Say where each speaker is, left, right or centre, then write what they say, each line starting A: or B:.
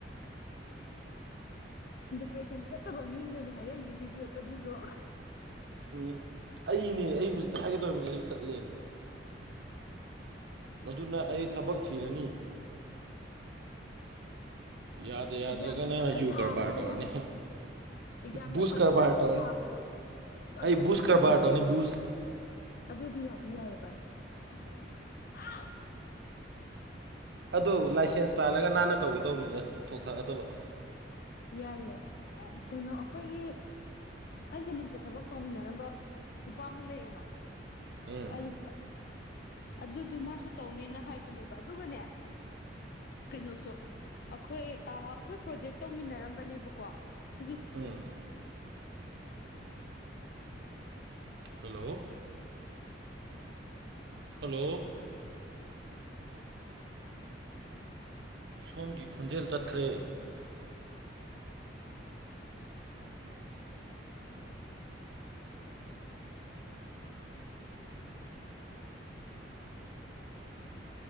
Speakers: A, on the left; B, on the right.
A: ꯗꯤꯄ꯭ꯔꯦꯁꯟ ꯆꯠꯇꯕ ꯃꯤ ꯑꯝꯅꯅꯦ ꯍꯥꯏꯔꯛꯏꯁꯦ ꯁꯤꯁꯨ ꯑꯗꯨꯁꯨ <unintelligible>
B: ꯎꯝ ꯑꯩꯅꯦ ꯑꯩ ꯍꯧꯖꯤꯛ ꯊꯥꯒꯦ ꯇꯧꯔꯝꯃꯤꯅꯦ ꯑꯩꯁꯨ ꯆꯠꯂꯦꯅ ꯃꯗꯨꯅ ꯑꯩ ꯊꯕꯛ ꯊꯤꯔꯅꯤ ꯌꯥꯗ ꯌꯥꯗ꯭ꯔꯒꯅ
A: ꯑꯦꯛꯖꯥꯝꯗꯣ ꯐꯖꯅ
B: ꯌꯨ
A: ꯊꯥꯒꯣꯑꯣ
B: ꯀꯔꯕꯥꯔ ꯇꯧꯔꯅꯤ
A: ꯑꯦꯛꯖꯥꯝꯗꯣ
B: ꯕꯨꯁ
A: ꯐꯖꯅ
B: ꯀꯔꯕꯥꯔ
A: ꯑꯝꯇ
B: ꯇꯧꯔꯅꯤ
A: ꯊꯥꯈꯣ ꯑ
B: ꯑꯩ
A: ꯑ
B: ꯕꯨꯁ
A: ꯑꯗꯨꯕꯨꯗꯤ
B: ꯀꯔꯕꯥꯔ
A: ꯌꯥꯗꯤ
B: ꯇꯧꯔꯅꯤ
A: ꯌꯥꯏ
B: ꯕꯨꯁ
A: ꯑꯗꯨꯗꯤ ꯌꯥꯗꯤ ꯌꯥꯏꯌꯦ ꯚꯥꯏ <unintelligible> ꯍꯥꯎ <inaudible>
B: ꯑꯗꯣ ꯂꯥꯏꯁꯦꯟꯁ ꯇꯥꯜꯂꯒ ꯅꯥꯟꯅ ꯇꯧꯒꯦ ꯇꯧꯕꯅꯤꯗ ꯊꯣꯛꯊꯥꯛ ꯅꯠꯇꯕ
A: ꯌꯥꯏ ꯌꯥꯏ ꯀꯩꯅꯣ ꯑꯩꯈꯣꯏꯒꯤ ꯑꯩ ꯖꯦꯅꯤꯝꯁꯇ ꯊꯕꯛ ꯇꯧꯃꯤꯟꯅꯔꯝꯕ ꯅꯨꯄꯥ ꯑꯃ ꯂꯩꯌꯦꯕ
B: ꯎꯝ
A: ꯑꯗꯨ ꯑꯗꯨꯗꯨꯣ ꯃꯥꯁꯨ ꯇꯧꯅꯤꯅ ꯍꯥꯏꯕꯅꯦꯕ ꯑꯗꯨꯒꯅꯦ ꯀꯩꯅꯣꯁꯨ ꯑꯩꯈꯣꯏ ꯑꯩꯈꯣꯏ ꯄ꯭ꯔꯣꯖꯦꯛ ꯇꯧꯃꯤꯟꯅꯔꯝꯕꯅꯦꯕꯀꯣ ꯁꯤꯒꯤ
B: ꯎꯝ ꯍꯜꯂꯣ ꯍꯜꯂꯣ ꯁꯣꯝꯒꯤ ꯈꯣꯟꯖꯦꯜ ꯇꯠꯈ꯭ꯔꯦ